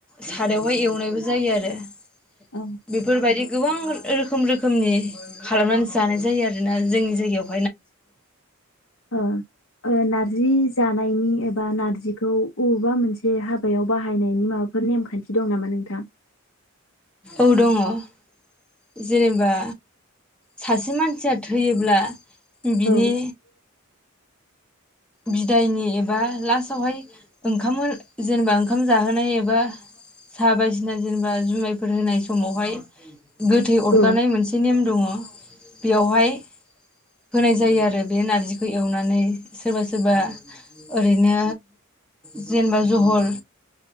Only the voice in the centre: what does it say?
सारायावहाय एवनायबो जायो आरो।
बायदि गोबां रोखोम रोखोमनि खालामनानै जानाय जायो आरोना जोंनि जायगायाव
औ दङ । जेनेबा सासे मानसिया थैयोब्ला बिनि
बिदायनि एबा लास्टआवहाय ओंखाम जेनेबा ओंखाम जाहोनाय एबा साहा बायदिसिना जेनेबा जुमायफोर होनाय समावहाय गोथै अरगारनाय
मोनसे नेम दङ बेयावहाय होनाय जायो आरो बे नारजिखौ एवनानै सोरबा सोरबा ओरैनो जेनेबा जहल